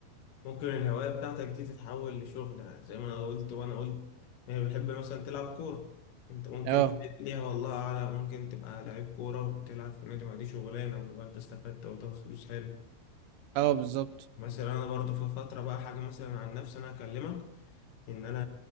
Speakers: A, on the left; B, on the right.
A: ممكن الهواية بتاعتك دي تتحول لشغل يعني زي ما أنا قلت وأنا قلت يعني بتحب مثلا تلعب كورة أنت ممكن
B: اه
A: ليها والله أعلم ممكن تبقى لعيب كورة وتلعب في نادي ما دي شغلانة وتبقى أنت استفدت وتاخد فلوس حلو
B: اه بالظبط
A: مثلا أنا برضه في فترة بقى حاجة مثلا عن نفسي أنا أكلمك إن أنا